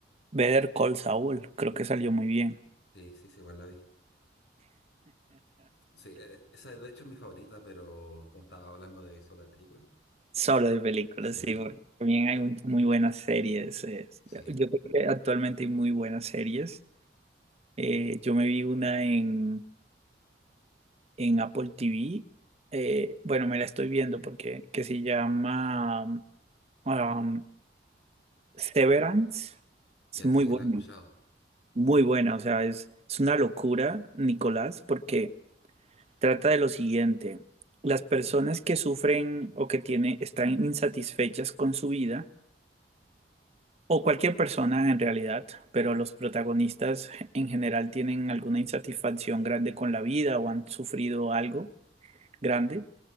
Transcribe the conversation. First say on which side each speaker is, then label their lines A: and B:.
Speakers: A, on the right; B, on the left.
A: Better Call Saul, creo que salió muy bien.
B: Sí, sí, sí, igual la vi. Sí, eh, esa de hecho es mi favorita, pero como estaba hablando de solo de película,
A: Solo de películas,
B: sí,
A: sí,
B: <laughs>
A: porque también hay muy, muy buenas series. eh,
B: sí,
A: Yo creo que actualmente hay muy buenas series. Eh, yo me vi una en en Apple TV. eh, bueno, me la estoy viendo porque que se llama um, Severance.
B: y
A: Es
B: así
A: muy buena,
B: la he escuchado,
A: muy buena. O sea, es, es una locura, Nicolás, porque trata de lo siguiente. Las personas que sufren o que tienen, están insatisfechas con su vida, o cualquier persona en realidad, pero los protagonistas en general tienen alguna insatisfacción grande con la vida o han sufrido algo grande